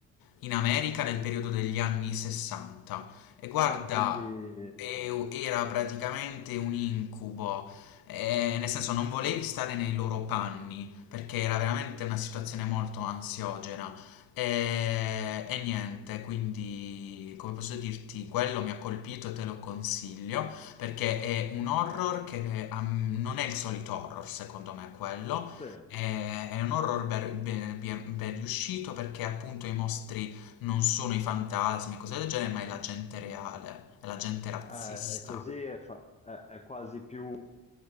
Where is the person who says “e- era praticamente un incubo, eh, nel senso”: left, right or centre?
Left